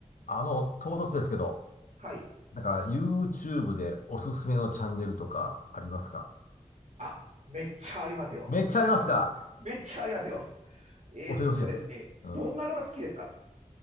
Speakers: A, on the left; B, on the right.
A: あの、唐突ですけど、
B: はい。
A: なんか YouTube でおすすめのチャンネルとかありますか
B: あ、めっちゃありますよ。
A: めっちゃありますか
B: めっちゃありますよ。えーっとですね、
A: 教えてほしいです。うん。
B: どんなのが好きですか